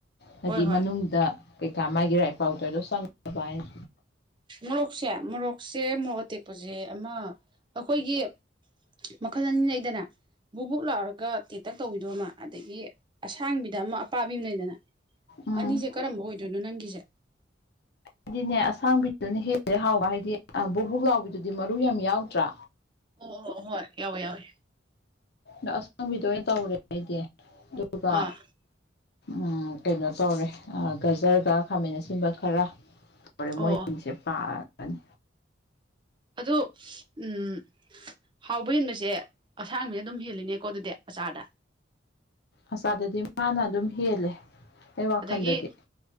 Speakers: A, on the left; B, on the right.
A: ꯍꯥꯏꯗꯤ
B: ꯍꯣꯏ ꯍꯣꯏ
A: ꯃꯅꯨꯡꯗ ꯀꯩꯀꯥ ꯃꯥꯒꯤ ꯔꯥꯏ ꯄꯥꯎꯗꯔꯗꯣ ꯆꯪꯅꯕ ꯍꯥꯏꯅ
B: ꯃꯣꯔꯣꯛꯁꯦ ꯃꯣꯔꯣꯛꯁꯦ ꯃꯣꯔꯣꯛ ꯑꯇꯦꯛꯄꯖꯦ ꯑꯃ ꯑꯈꯣꯏꯒꯤ ꯃꯈꯜ ꯑꯅꯤ ꯂꯩꯗꯅ ꯕꯨꯞ ꯕꯨꯞ ꯂꯥꯎꯔꯒ ꯇꯦꯟꯇꯛ ꯇꯧꯕꯤꯗꯣ ꯑꯃ ꯑꯗꯒꯤ ꯑꯁꯥꯡꯕꯤꯗ ꯑꯃ ꯑꯄꯥꯕꯤ ꯑꯃ ꯂꯩꯗꯅ
A: ꯎꯝ
B: ꯑꯅꯤꯖꯦ ꯀꯔꯝꯕ ꯑꯣꯏꯗꯣꯏꯅꯣ ꯅꯪꯒꯤꯖꯦ
A: ꯑꯩꯗꯤꯅꯦ ꯑꯁꯥꯡꯕꯤꯗꯨꯅ ꯍꯦꯜꯂꯦ ꯍꯥꯎꯕ ꯍꯥꯏꯗꯤ ꯕꯨꯞꯕꯨꯞ ꯂꯥꯎꯕꯤꯗꯨꯗꯤ ꯃꯔꯨ ꯌꯥꯝ ꯌꯥꯎꯗ꯭ꯔꯥ
B: ꯑꯣ ꯑꯣ ꯍꯣꯏ ꯌꯥꯎꯋꯦ ꯌꯥꯎꯋꯦ
A: ꯑꯗꯣ ꯑꯁꯥꯡꯕꯤꯗꯣ ꯑꯣꯏꯅ ꯇꯧꯔꯦ ꯍꯥꯏꯗꯤ ꯑꯗꯨꯒ
B: ꯑꯥ
A: ꯎꯝ ꯀꯩꯅꯣ ꯇꯧꯔꯦ ꯒꯖꯔꯒ ꯈꯥꯃꯦꯟ ꯑꯁꯤꯟꯕ ꯈꯔ ꯇꯧꯔꯦ
B: ꯑꯣ
A: ꯃꯣꯏꯁꯤꯡꯁꯦ
B: ꯑꯣ
A: ꯄꯥꯔꯅꯤ
B: ꯑꯗꯣ ꯎꯝ ꯍꯥꯎꯕ ꯍꯦꯟꯕꯁꯦ ꯑꯁꯥꯡꯕꯤꯅ ꯑꯗꯨꯝ ꯍꯦꯜꯂꯤꯅꯦꯀꯣ ꯑꯗꯨꯗꯤ ꯑꯆꯥꯔꯗ
A: ꯑꯆꯥꯥꯔꯗꯗꯤ ꯃꯥꯅ ꯑꯗꯨꯝ ꯍꯦꯜꯂꯦ ꯑꯩ ꯋꯥꯈꯜꯗꯗꯤ
B: ꯑꯗꯒꯤ